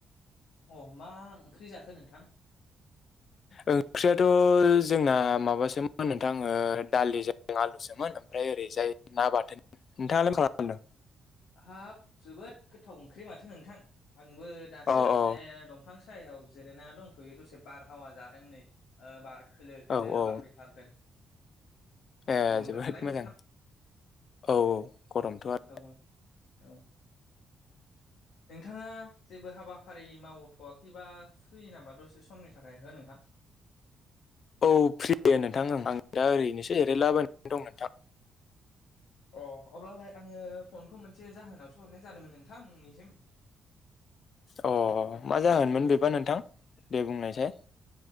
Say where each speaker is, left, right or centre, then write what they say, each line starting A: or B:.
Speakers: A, on the left; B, on the left.
A: अ मा ओंख्रि जाखो नोंथां
B: ओंख्रियाथ' जोंना माबासोमोन नोंथां ओ दालिजों आलुसोमोन ओमफ्राय ओरैजाय ना बाथोन नोंथाङालाय मा खालामदों
A: हाब जोबोद गोथाव ओंख्रि माथो नोंथां आंबो दासो
B: अ अ
A: ए दं बिफां सायाव जिरायना दंथ'यो दसे बारहावा जादों नै अ बार खोलो खोलो
B: औ औ
A: बारफैथारदों।
B: ए
A: गरमबो
B: जोबोद
A: नालाय
B: मोजां
A: नोंथां
B: औ गरमथ' आरो।
A: औ औ नोंथाङा जेबो हाबाफारि मावथ'वाखैबा फ्रि नामा दसे समनि थाखाय हो नोंथां। <inaudible>
B: औ फ्रि नोंथां आं दा ओरैनोसो एरायलाबायनानै दं नोंथां।
A: अ अब्लालाय आङो फनखौ मोनसे जाहोनावसो हरनाय जादोंमोन नों नोंथां नोंनिसिम
B: अ मा जाहोनमोन बेबा नोंथां? दे बुंनायसाय।